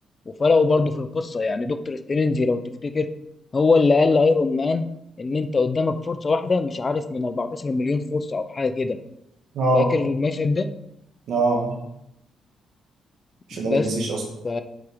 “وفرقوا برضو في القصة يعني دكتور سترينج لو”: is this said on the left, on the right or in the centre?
Left